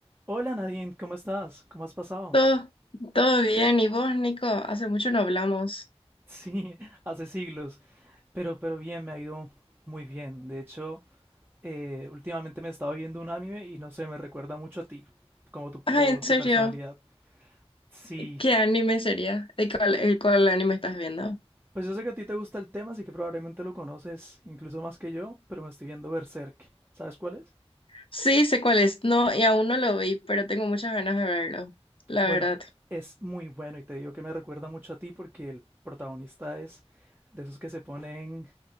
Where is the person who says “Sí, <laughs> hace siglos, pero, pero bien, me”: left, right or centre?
Right